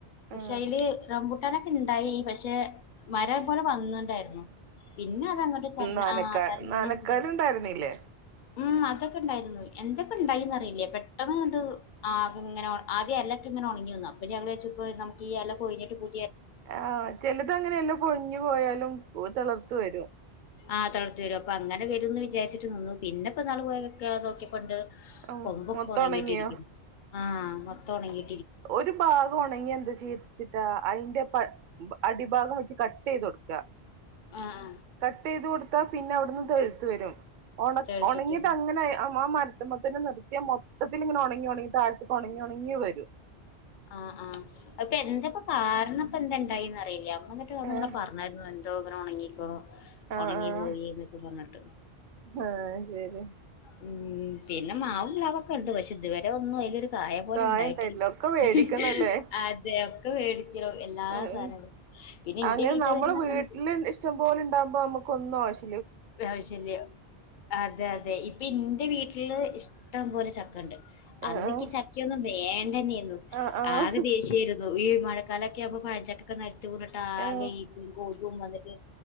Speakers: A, on the left; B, on the right.
A: പക്ഷെ
B: ആഹ്
A: അയില് റമ്പൂട്ട കാനൊക്കെണ്ടായി പക്ഷെ മരം പോലെ വന്ന്ണ്ടായിരുന്നു പിന്നെ അതങട്ട് തന്നെ
B: നാനക്കാ
A: ആ തന്നെ
B: നാനക്കാല്
A: <unintelligible>
B: ഇണ്ടായിരുന്നില്ലേ
A: ഉം അതൊക്കെ ഇണ്ടായിരുന്നു എന്താപ്പൊ ണ്ടായിന്നറീല പെട്ടെന്ന്ങ്ങ്ട്ട് ആകെ ഇങ്ങനെ ഒ ആദ്യ എലക്കെ ങ്ങനെ ഒണങ്ങി വന്നു അപ്പൊ ഞാൻ വിചാരിച്ചു പ്പൊ നമുക്കിപ്പോ ഈ എല കൊഴഞ്ഞിട്ട് പു
B: ആ ചെലത് അങ്ങനെയെല്ലാം പൊഴിഞ്ഞു പോയാലും തളിർത്ത് വരും
A: ആ് തളർത്തി വരും അപ്പൊ അങ്ങനെ വരും ന്ന് വിചാരിച്ചിട്ട് നിന്നു പിന്നെപ്പൊ നാള് പോയൊക്കെ നോക്കിയപ്പണ്ട്
B: ഉം
A: കൊമ്പൊക്കെ
B: മൊത്തം
A: ഉണങ്ങിട്ടിരിക്കും
B: ഒണങ്ങിയോ
A: ആ മൊത്തം ഉണങ്ങി
B: ഒരു ഭാഗം ഉണങ്ങി എന്ത്‌ ചെയ് ചിട്ടാ അയിന്റെ പ അടിഭാഗം വെച്ച് ക ചെയ്തൊടുക്ക
A: ആ ആ
B: കട്ടെയ്ത് കൊടുത്താ പിന്നെ അവിടുന്ന് തെളിത്ത് വരും ഒണ
A: ചേർത്തിട്ട്
B: - ഒണ ങ്ങിയതങ്ങനെ അ മരതത്ത്മ്മ ത്തന്നെ നിർത്തിയാ മൊത്തത്തിൽ ഇങ്ങനെ ഉണങ്ങി ഉണങ്ങി താഴത്തി ഉണങ്ങി ഉണങ്ങി വരൂ
A: അ ആ അത്പ്പൊ എന്തപ്പ കാരണം ഇപ്പ എന്തേണ്ടായി ഏ ഇല്ല അമ്മ വന്നിട്ട്
B: ആഹ്
A: ഇങ്ങന പറഞ്ഞാരുന്നു എന്തോ ഇങ്ങനെ ഉണങ്ങിക്ക്ണൂ
B: ആഹ്
A: ഉണങ്ങി
B: ആഹ്
A: പോയി ന്നൊക്കെ പർന്ട്ട്
B: ആഹ് ശരി
A: ഉം പിന്നെ മാവും പ്ലാവൊക്കെ ഉണ്ട് പക്ഷെ ഇതുവരെ ഒന്നും എൽ ഒരു കായ പോലെ
B: കായണ്ടായില്ല
A: ഉണ്ടായിട്ടില്ല
B: ഒക്കെ വേടിക്കണല്ലേ
A: ഹ് അതൊക്കെ മേടിക്കണം എല്ലാ
B: ഏഹ്
A: സാധനങ്ങളും പിന്നെ എന്റെ
B: അങ്ങനെ
A: വീട്ടിൽ
B: നമ്മള്
A: വരുന്ന
B: വീട്ടില്
A: സമയത്ത്
B: ഇഷ്ടം പോലെ ഉണ്ടാവുമ്പോ നമുക്കൊന്നും ആവശ്യ
A: ആവശ്യല്ല്യാ അതെ അതെ ഇപ്പൊ ഇന്റെ വീട്ടില് ഇഷ്ടം പോലെ ചക്കണ്ട്
B: ആഹ്
A: അന്ന് ഇക്ക് ചക്കയൊന്നും വേണ്ടന്നെയന്നു
B: ആഹ് ആഹ്
A: ആകെ ദേഷ്യായിരു ഈ മഴക്കാലൊക്കെ ആവുമ്പോ പഴംചക്കെക്കെ നെര് <unintelligible> ആകെ
B: ആഹ്
A: ഈച്ചിം കൊതും വന്നിട്ട്